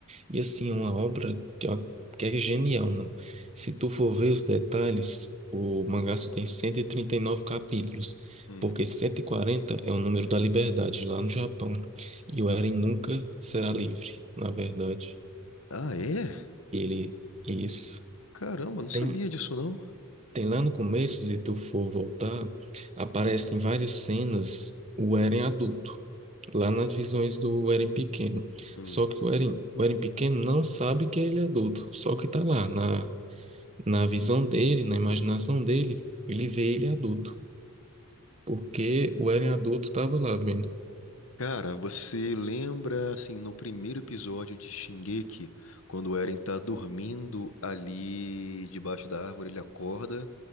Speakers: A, on the right; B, on the left.
A: E assim, é uma obra que, ó, que é genial, mano. Se tu for ver os detalhes, o mangá só tem 139 capítulos,
B: Hum.
A: porque 140 é o número da liberdade lá no Japão. E o Eren nunca será livre, na verdade.
B: Ah, é?
A: Ele, isso.
B: Caramba, não sabia
A: Tem,
B: disso não.
A: tem lá no começo, se tu for voltar, aparecem várias cenas o Eren adulto. Lá nas visões do Eren pequeno.
B: Hum.
A: Só que o Eren, o Eren pequeno não sabe que ele é adulto. Só que tá lá na, Na visão dele, na imaginação dele, ele vê ele adulto, porque o Eren adulto estava lá vendo.
B: Cara, você lembra, assim, no primeiro episódio de Shingeki, quando o Eren tá dormindo ali debaixo da árvore, ele acorda,